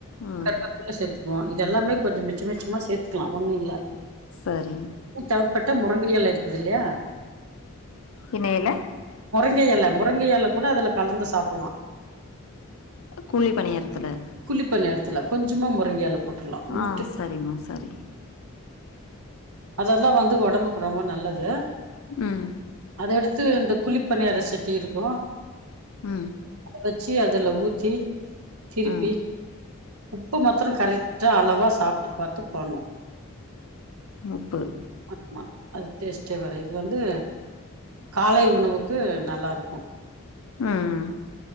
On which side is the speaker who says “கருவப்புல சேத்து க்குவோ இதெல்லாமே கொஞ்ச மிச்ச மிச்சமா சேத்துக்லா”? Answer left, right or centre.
Right